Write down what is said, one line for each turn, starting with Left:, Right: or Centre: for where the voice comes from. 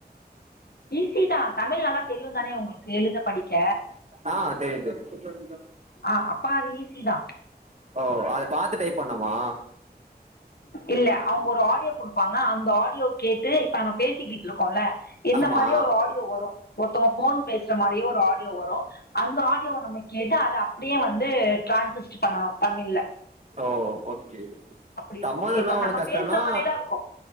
Left: ஈஸி தா தமிழ் நல்லா தெரியுந் தானே உங்களுக்கு எழுத படிக்க
Right: ஆஹ் தெரியு தெரியு தெரியு
Left: ஆஹ் அப்ப அது ஈசி தா
Right: ஓ அத பாத்து டைப் பண்ணமா
Left: இல்ல அவங்க ஒரு ஆடியோ குடுப்பாங்க அந்த ஆடியோ கேட்டு இப்ப நம்ம பேசிக்கிட்டுருக்கோல இந்த
Right: ஆமா
Left: மாரியே ஒரு ஆடியோ வரு ஒருத்தவங்க போன் பேசுற மாரியே ஒரு ஆடியோ வரு அந்த ஆடியோவ நம்ம கேட்டு அத அப்டியே வந்து ட்ரான்சிஸ்ட் பண்ணணு தமிழ்ல
Right: ஓ ஓகே
Left: அப்டி இருக்கு
Right: தமிழ்ல என்ன
Left: இப்ப
Right: ஒன்னு
Left: நம்ம
Right: கஷ்டம்னா
Left: பேசுற மாரிதா இருக்கு